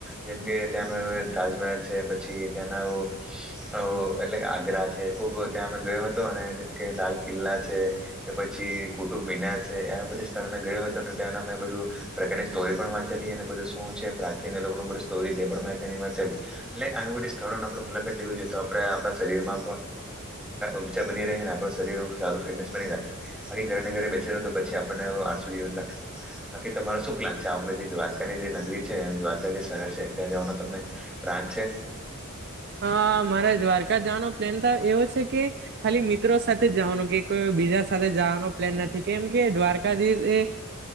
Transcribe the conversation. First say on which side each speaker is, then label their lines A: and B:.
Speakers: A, in the centre; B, on the right.
A: જેમ કે ત્યાંનું એ તાજમહેલ છે પછી ત્યાં ઓ ઓ એટલે ખુબ ત્યાં અમે ગયો હતો અને જેમ કે લાલ કિલ્લા છે કે પછી કુટુબ મિનાર છે આ બધા સ્થળ મેં ગયો હતો અને ત્યાં મેં બધું પ્રકારની સ્ટોરી પણ વાંચેલી અને બધું શું છે પ્રાચીન એ લોકોની સ્ટોરી છે એટલે આવી બધી સ્થળોની આપ મુલાકાત લેવી જોઈ તો આપે આપણા શરીર માં ઉર્જા બની રહે આપ શરીર સારું ફિટનેસ બની રાખે બાકી ઘરેને ઘરે બેસી રહો આપનેસું જીવન રાખશ બાકી તમારો શું પ્લાન છે જે દ્વારકાની જે નગરી છે દ્વારકા શહેર છે ત્યાં જવાનો તમને પ્લાન છે.
B: <inaudible> હા મારે દ્વારકા જવાનો પ્લેન તો એવો છે કે ખાલી મિત્રો સાથે જવાનું કે કોઈ બીજા સાથે જવાનો પ્લેન નથી કેમ કે દ્વારકાધીશ એ